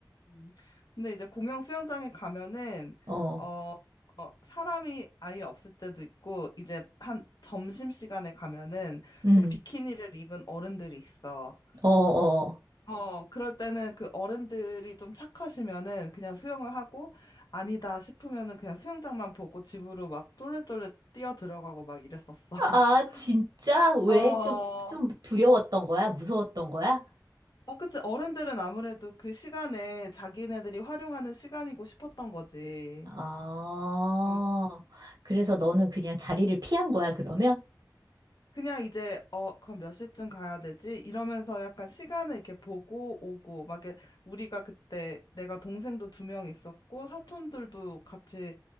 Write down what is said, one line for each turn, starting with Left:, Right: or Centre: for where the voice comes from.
Left: 음. 근데 이제 공용 수영장에 가면은
Right: 어,
Left: 어, 어, 사람이 아예 없을 때도 있고 이제 한 점심시간에 가면은
Right: 음,
Left: 좀 비키니를 입은 어른들이 있어.
Right: 어, 어.
Left: 어, 그럴 때는 그 어른들이 좀 착하시면은 그냥 수영을 하고 아니다 싶으면은 그냥 수영장만 보고 집으로 막 쫄래쫄래 뛰어 들어가고 막 이랬었어. <laughs>
Right: 아, 진짜? 왜
Left: 어, 어,
Right: 좀, 좀 두려웠던 거야? 무서웠던 거야?
Left: 그치. 어른들은 아무래도 그 시간에 자기네들이 활용하는 시간이고 싶었던 거지.
Right: 아,
Left: 어,
Right: 그래서 너는 그냥 자리를 피한 거야, 그러면?
Left: 그냥 이제, 어, 그럼 몇 시쯤 가야 되지? 이러면서 약간 시간을 이렇게 보고 오고, 막 이렇게 우리가 그때 내가 동생도 두 명 있었고, 사촌들도 같이